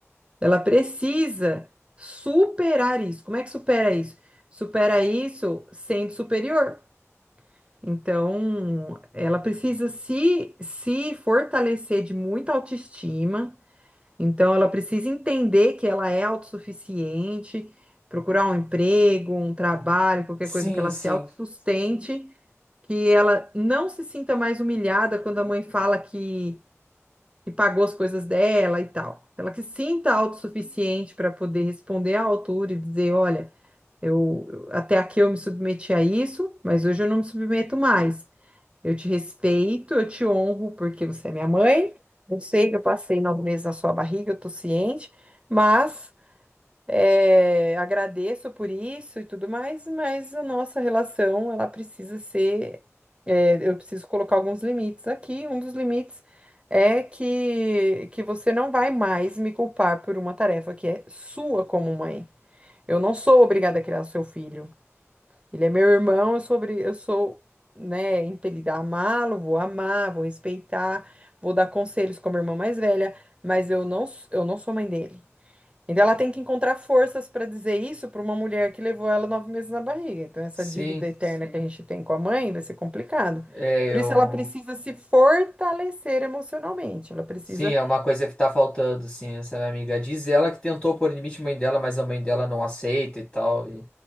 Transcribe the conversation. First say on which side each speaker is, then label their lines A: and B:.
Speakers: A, on the right; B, on the left.
A: Ela precisa superar isso. Como é que supera isso? Supera isso sendo superior. Então, ela precisa se, se fortalecer de muita autoestima Então, ela precisa entender que ela é autossuficiente, procurar um emprego, um trabalho, qualquer
B: Sim,
A: coisa que ela
B: sim,
A: se autossustente, que ela não se sinta mais humilhada quando a mãe fala que, que pagou as coisas dela e tal. Ela que se sinta autossuficiente para poder responder à altura e dizer: olha, eu eu- até aqui eu me submeti a isso, mas hoje eu não me submeto mais. Eu te respeito, eu te honro porque você é minha mãe. Eu sei que eu passei nove meses na sua barriga, eu tô ciente, mas é, agradeço por isso e tudo mais, mas a nossa relação, ela precisa ser. é, eu preciso colocar alguns limites aqui. Um dos limites é que, que você não vai mais me culpar por uma tarefa que é sua como mãe. Eu não sou obrigada a criar seu filho. Ele é meu irmão, eu sou, obri- eu sou, né, impelida a amá-lo, vou amar, vou respeitar, vou dar conselhos como irmã mais velha, mas eu não, s- eu não sou mãe dele. Então ela tem que encontrar forças para dizer isso para uma mulher que levou ela nove meses na barriga. Então essa
B: sim.
A: dívida eterna que a Sim. gente tem com a mãe vai ser complicado.
B: É,
A: Por
B: eu.
A: isso ela precisa se fortalecer emocionalmente. Ela precisa
B: Sim, é uma coisa que tá faltando, assim, essa minha amiga. Diz ela que tentou pôr limite à mãe dela, mas a mãe dela não aceita e tal. e-